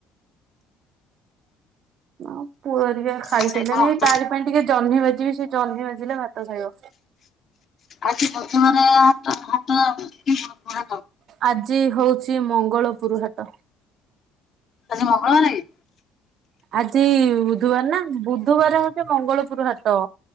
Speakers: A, on the right; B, on the left.
A: ନାଁଉ ପୁଅରିଆ <unintelligible> ଖାଇସାଇଲେଣି
B: ରୋଷେଇ କଣ ତ
A: ତାରି ପାଇଁ ଟିକେ ଜହ୍ନି ବାଜିବି ସେ ଜହ୍ନି ବାଜିଲେ ଭାତ ଖାଇବ।
B: ଆଜି ପ୍ରଧମର <inaudible> ତ ମହା
A: ଆଜି ହଉଛି ମଙ୍ଗଳପୁରୁ ହାଟ।
B: ଆଜି ମଙ୍ଗଳବାର।
A: ଆଜି ବୁଧୁବାର ନା ବୁଧବାର ହଉଛି ମଙ୍ଗଳପୁର ହାଟ।